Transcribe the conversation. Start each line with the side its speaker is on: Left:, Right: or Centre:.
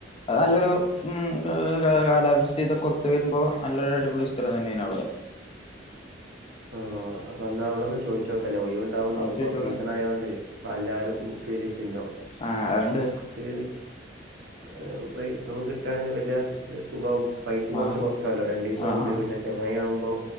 Left: അത് നല്ലൊരു ഉം <unintelligible> കാലാവസ്ഥിതൊകൊത്ത് വെര്മ്പോ നല്ലൊരു അടിപൊളി സ്ഥലം തന്നെനു അവ്ടെ.
Right: ആഹ് അപ്പൊ അന്നാവിടൊന്ന് ചു ചോയിച്ചോക്കല്ലേ, ഒയിവ്ണ്ടാവോന്നോ
Left: അവിടെ
Right: പ്പം
Left: ചോദിച്ചോക്കെ
Right: സീസണായോണ്ട് പ്പ അല്ലാരും ബുക്കെയ്ത ച്ചിണ്ടോ
Left: ആഹ് അ അണ്ട്
Right: ക്ക് <unintelligible> നമക്ക് കിട്ടാണെങ്കി വെല്ല്യ സുഖാവും. പൈസിം കുറച്ച്
Left: ആ
Right: കൊറക്കാലോ, രണ്ടു ദിവസം
Left: ആ
Right: ഉണ്ട്
Left: ആ
Right: പിന്നെ ചെങ്ങായിം ആകുമ്പോ